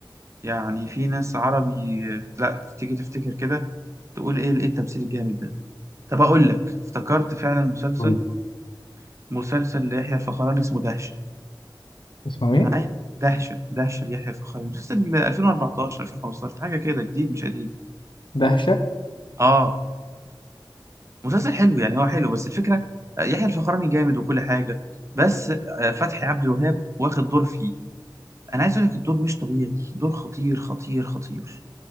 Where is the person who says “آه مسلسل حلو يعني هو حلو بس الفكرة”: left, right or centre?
Right